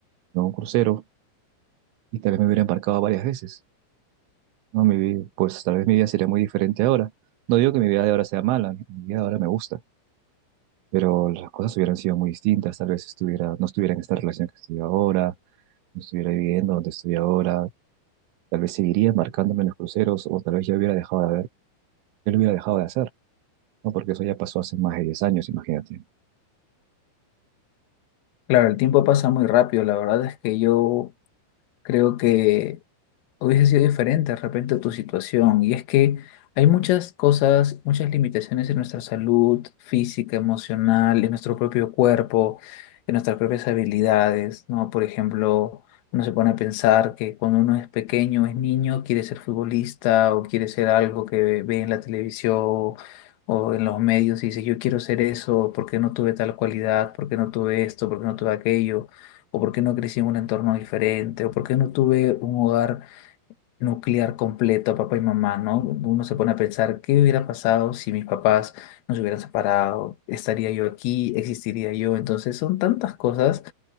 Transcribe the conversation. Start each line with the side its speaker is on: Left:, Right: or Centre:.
Right: en un crucero y tal vez me hubiera embarcado varias veces. No, mi vida, pues tal vez mi vida sería muy diferente ahora. No digo que mi vida de ahora sea mala, mi vida de ahora me gusta, pero las cosas hubieran sido muy distintas, tal vez estuviera, no estuviera en esta relación que estoy ahora, no estuviera viviendo donde estoy ahora, tal vez seguiría embarcándome en los cruceros o tal vez ya hubiera dejado de ver, yo lo hubiera dejado de hacer, ¿no? Porque eso ya pasó hace más de diez años, imagínate.
Left: Claro, el tiempo pasa muy rápido. La verdad es que yo creo que hubiese sido diferente de repente tu situación. Y es que hay muchas cosas, muchas limitaciones en nuestra salud física, emocional, en nuestro propio cuerpo, en nuestras propias habilidades, ¿no? Por ejemplo, uno se pone a pensar que cuando uno es pequeño, es niño, quiere ser futbolista o quiere ser algo que ve en la televisión. o en los medios y dice, yo quiero ser eso, ¿por qué no tuve tal cualidad? ¿Por qué no tuve esto? ¿Por qué no tuve aquello? ¿O por qué no crecí en un entorno diferente? ¿O por qué no tuve un hogar nuclear completo a papá y mamá, ¿no? Uno se pone a pensar, ¿qué hubiera pasado si mis papás nos hubieran separado? ¿Estaría yo aquí? ¿Existiría yo? Entonces son tantas cosas